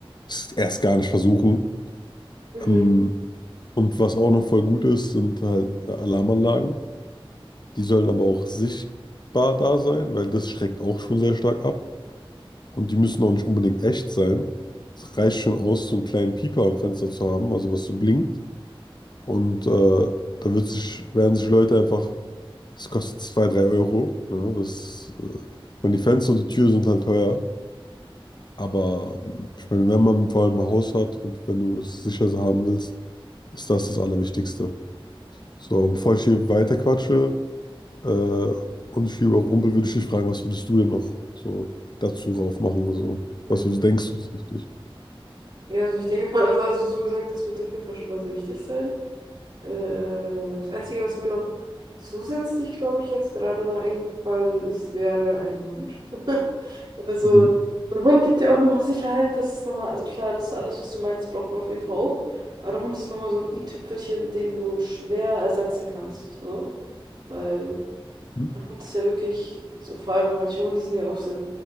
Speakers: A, on the left (about 50°); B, on the right (about 55°).
A: es erst gar nicht versuchen.
B: Mhm.
A: Ähm, und was auch noch voll gut ist, sind halt Alarmanlagen. Die sollen aber auch sichtbar da sein, weil das schreckt auch schon sehr stark ab. Und die müssen auch nicht unbedingt echt sein. Es reicht schon aus, so einen kleinen Pieper am Fenster zu haben, also was so blinkt. Und äh, da wird sich, werden sich Leute einfach, das kostet 2 3 Euro. Ne? Das, äh, ich meine, die Fenster und die Türen sind halt teuer. Aber ähm, ich meine, wenn man vor allem ein Haus hat und wenn du es sicher so haben willst, ist das das Allerwichtigste. So, aber bevor ich hier weiterquatsche äh, und ich hier überrumpel, würde ich dich fragen, was würdest du denn noch so dazu raufmachen? So?
B: Mhm.
A: Was du so denkst, ist wichtig.
B: Ja, also ich denke mal, das alles, was du gesagt hast, wird auf jeden Fall schon mal sehr wichtig sein. Äh, das Einzige, was mir noch zusätzlich, glaube ich, jetzt gerade noch eingefallen ist, wäre ein Hund. <laughs> Also,
A: Mhm.
B: so ein Hund gibt dir auch nochmal Sicherheit. Das ist nochmal, also klar, das ist alles, was du meinst, braucht man auf jeden Fall auch. Aber der Hund ist nochmal so ein i-Tüpfelchen, den du schwer ersetzen kannst. So. Weil
A: Mhm.
B: ein Hund ist ja wirklich, so vor allem, weil manche Hunde sind ja auch sehr,